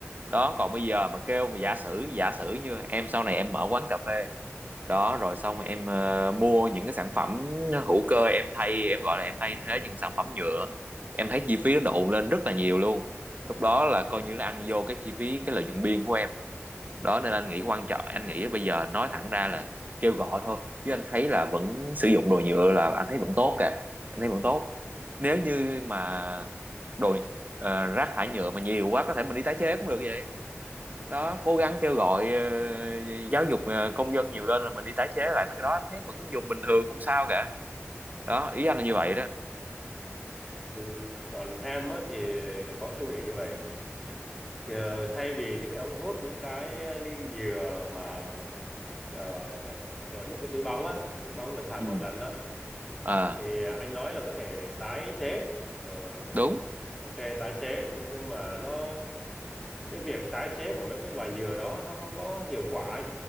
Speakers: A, on the right (about 35°); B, in the centre.
A: đó còn bây giờ mà kêu mà giả sử giả sử như em sau này em mở quán cà phê đó rồi xong rồi em ờ, mua những cái sản phẩm hữu cơ em thay em gọi là em thay thế những sản phẩm nhựa em thấy chi phí nó độn lên rất là nhiều luôn lúc đó là coi như là ăn vô cái chi phí cái lợi nhuận biên của em đó nên anh nghĩ quan trọng anh nghĩ bây giờ nói thẳng ra là kêu gọi thôi chứ anh thấy là vẫn sử dụng đồ nhựa là anh thấy vẫn tốt kìa anh thấy vẫn tốt nếu như mà đồ ờ, rác thải nhựa mà nhiều quá có thể mình đi tái chế cũng được vậy đó cố gắng kêu gọi ờ, giáo dục ờ, công dân nhiều lên là mình đi tái chế lại mấy cái đó anh thấy vẫn dùng bình thường không sao cả đó ý anh là như vậy đó
B: Ừ. Còn em á thì lại có suy nghĩ như vậy. Kìa, thay vì những cái ống hút, những cái ly nhựa mà ờ, gọi là, rồi những cái túi bóng á, túi bóng mà xài
A: ừ
B: một lần đó
A: à
B: thì anh nói là có thể tái chế. Ờ,
A: đúng
B: ok, tái chế. Thế nhưng mà nó cái việc tái chế của mấy cái loài nhựa đó nó không có hiệu quả anh